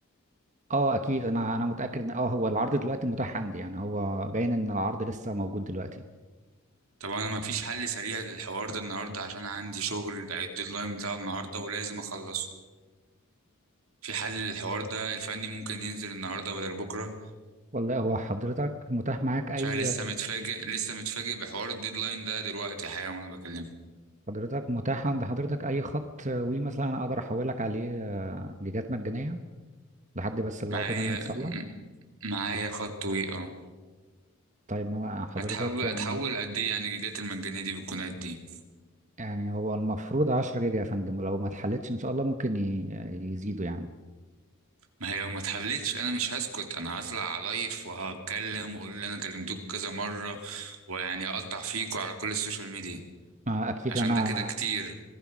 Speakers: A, on the right (about 35°); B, on the right (about 75°).
A: اه اكيد انا انا متاكد ان اه هو العرض دلوقتي متاح عندي يعني هو باين ان العرض لسه موجود دلوقتي
B: طب انا ما فيش حل سريع للحوار ده النهارده عشان عندي شغل الديدلاين بتاعه النهارده ولازم اخلصه في حل للحوار ده الفني ممكن ينزل النهارده بدل بكره
A: والله هو حضرتك متاح معاك اي
B: عشان أنا لسه متفاجئ لسه متفاجئ بحوار الديدلاين ده دلوقتي حالا وانا بكلمه
A: حضرتك متاح عند حضرتك اي خط وي مثلا اقدر احولك عليه آه، جيجات مجانيه لحد بس العطل
B: معايا
A: ده ما يتسلى
B: م- معايا خط وي آه.
A: طيب ما حضرتك
B: هتحاول
A: يعني
B: هتحول قد ايه يعني الجيجات المجانية دي بتكون قد ايه
A: يعني هو المفروض 10 جيجا يا فندم ولو ما اتحلتش ان شاء الله ممكن ي- يزيدوا يعني
B: ما هي لو ما اتحلتش انا مش هسكت انا هطلع عليف وهتكلم واقول اللي انا كلمتوك كذا مرة ويعني اقطع فيكوا على كل السوشيال ميديا
A: آه، اكيد
B: عشان
A: انا
B: ده كده كتير